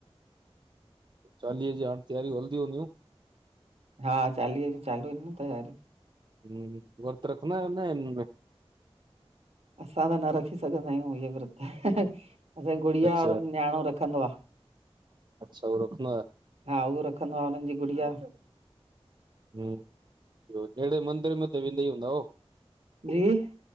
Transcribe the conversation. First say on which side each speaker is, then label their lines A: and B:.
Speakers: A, on the right (about 45°); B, on the right (about 80°).
A: चालीये जी, हाण तैयारियूं हलदी हूंदियूं?
B: हा, चालीये जी चालू ईन न तैयारियूं।
A: हम्, वर्त रखंदा आयो न हिनन में?
B: असां त न रखी सघंदायूं इये विर्त। असांजी गुड़िया
A: अच्छा
B: और न्याणो रखंदो आ।
A: अच्छा उहो रखंदो आहे
B: हा उओ रखंदो आ, उनन जी गुड़िया
A: हम्म जहिड़े मंदर में त वेंदा ई हूंदा हो
B: जी